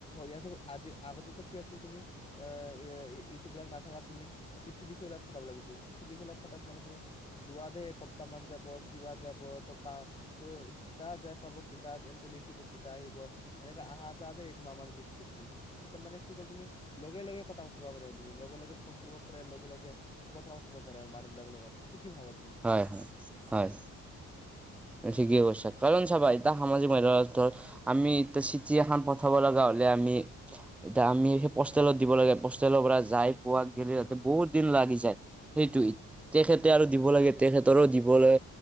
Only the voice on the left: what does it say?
ইয়াত আজি আগতেতো কি আছিল তুমি আহ ইটোবিলাক নাথাকাত তুমি। চিঠি লিখি পঠাব লাগিছে চিঠি লিখি ফটিট মানে তুমি যোৱাতে এসপ্তাহ মান যাব কিবা যাব ত কা কিতা যাই পাব কিতা তেহেতে লিখিব কিতা আহিব। এনেকে আহা যতে এক মা'হ মান গুচিছিল। ইতিাৰ মানে কি কল তুমি লগে লগে কথা পাতিব পাৰিবা তুমি। লগে লগে ফোন কৰিব পাৰে লগে লগে কথা পাতিব পাৰে আৰু মানুহ বিলাক লগত এইটো কি ভাবে তুমি?